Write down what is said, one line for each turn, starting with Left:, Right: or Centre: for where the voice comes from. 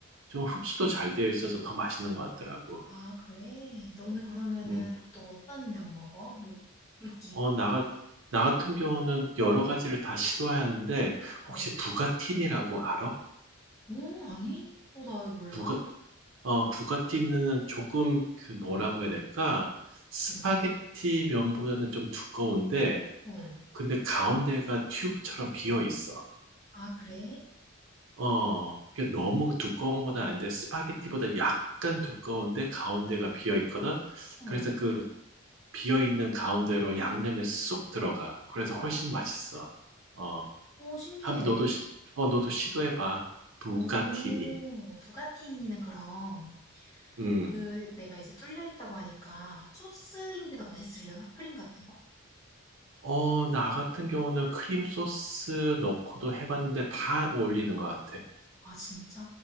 Right: 좀 흡수도 잘 되어 있어서 더 맛있는 것 같더라고.
Left: 아, 그래? 너는 그러면은
Right: 음.
Left: 보통 어떤 면 먹어? 뭐, 굵기.
Right: 어, 나, 같- 나 같은 경우는 여러 가지를 다 시도하는데, 혹시
Left: 어,
Right: 부가틴이라고 알아?
Left: 오, 아니? 어, 나 왜 몰라?
Right: 부가, 어, 부가티는 조금 그 뭐라고
Left: 응,
Right: 해야 될까? 스파게티
Left: 응,
Right: 면보다는 좀 두꺼운데,
Left: 어.
Right: 근데 가운데가 튜브처럼 비어 있어.
Left: 아, 그래?
Right: 어, 그게 너무 두꺼운 건 아닌데, 스파게티보다 약간 두꺼운데 가운데가 비어 있거든?
Left: 어.
Right: 그래서 그 비어 있는 가운데로 양념에 쏙 들어가. 그래서
Left: 우와.
Right: 훨씬 맛있어. 어,
Left: 어, 신기해.
Right: 한번 너도, 시, 어, 너도 시도해봐. 부가티니.
Left: 오, 부가티니는 그럼
Right: 음.
Left: 그 내가 이제 뚫려 있다고 하니까 소스인 게 더 맛있으려나? 크림 같은 거?
Right: 어, 나 같은 경우는 크림 소스 넣고도 해봤는데 다 어울리는 것 같아.
Left: 아, 진짜?